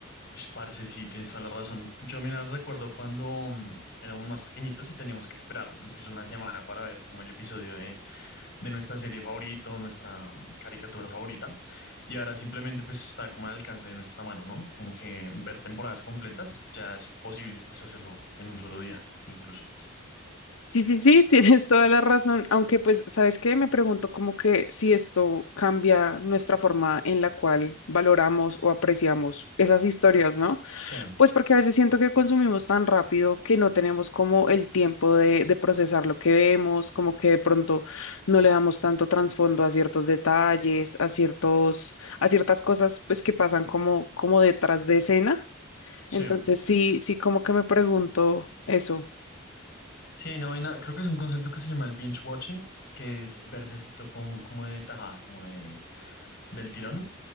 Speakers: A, on the left; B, on the left.
A: pues, parce, sí, tienes toda la razón. Yo, mira, recuerdo cuando mm, éramos más pequeñitos y teníamos que esperar incluso una semana para ver como el episodio de, de nuestra serie favorita, o nuestra mm, caricatura favorita. Y ahora simplemente pues está como al alcance de nuestra mano, ¿no? Como que ver temporadas completas ya es posible pues hacerlo en un solo día, incluso.
B: Sí, sí, sí, <laughs> tienes toda la razón, aunque pues, ¿sabes qué? Me pregunto como que si esto cambia nuestra forma en la cual valoramos o apreciamos esas historias, ¿no?
A: Sí,
B: Pues porque a veces siento que consumimos tan rápido que no tenemos como el tiempo de, de procesar lo que vemos, como que de pronto no le damos tanto trasfondo a ciertos detalles, a ciertos, a ciertas cosas pues que pasan como, como detrás de escena.
A: sí.
B: Entonces sí, sí como que me pregunto eso.
A: Sí, hay una vaina, creo que es un concepto que se llama el binge watching, que es verse así todo como, como de tajada, como de, del tirón.